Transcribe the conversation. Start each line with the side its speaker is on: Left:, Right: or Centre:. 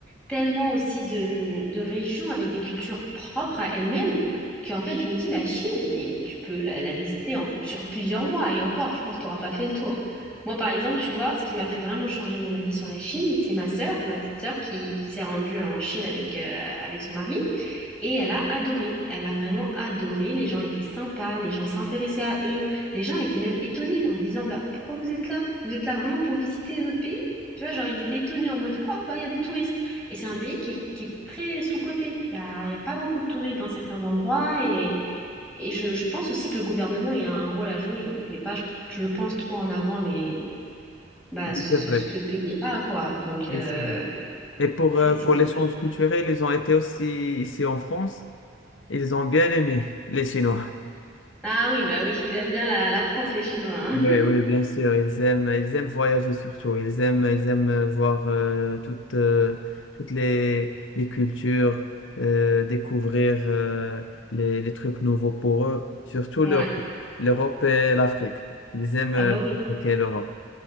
Centre: tellement aussi de, de régions avec des cultures propres à elles-mêmes qu'en fait, je me dis, la Chine, mais tu peux la, la visiter en, sur plusieurs mois et encore, je pense que tu n'auras pas fait le tour. Moi, par exemple, tu vois, ce qui m'a fait vraiment changer mon avis sur la Chine, c'est ma sœur, ma petite sœur, qui, qui s'est rendue en Chine avec, euh, avec son mari. Et elle a adoré, elle a vraiment adoré, les gens étaient sympas, les gens s'intéressaient à eux, les gens étaient même étonnés en disant bah pourquoi vous êtes là? Vous êtes là vraiment pour visiter notre pays? Tu vois, genre ils étaient étonnés en mode ah bah il y a des touristes. Et c'est un pays qui est, qui est très sous-coté, il y a, il y a pas beaucoup de touristes dans certains endroits et, et je, je pense aussi que le gouvernement il a un rôle à jouer, il met pas je, je pense trop en avant les bah
Left: Oui,
Centre: ce,
Left: c'est
Centre: ce,
Left: vrai.
Centre: ce que le pays a quoi. Donc euh,
Left: Oui, c'est vrai. Et pour,
Centre: c'est
Left: euh,
Centre: c'est
Left: pour
Centre: dommage.
Left: l'échange culturel, ils ont été aussi ici en France. Ils ont bien aimé les Chinois.
Centre: Ah oui bah oui, ils aiment bien la, la France les Chinois hein.
Left: Oui, oui, bien sûr. Ils aiment, ils aiment voyager surtout. Ils aiment, ils aiment euh, voir euh, toutes, euh, toutes les, les cultures, euh, découvrir euh, les, les trucs nouveaux pour eux, surtout
Centre: <laughs> Ouais.
Left: l'Europe, l'Europe et l'Afrique. Ils aiment
Centre: Ah
Left: euh,
Centre: bah
Left: l'Afrique
Centre: oui,
Left: et l'Europe.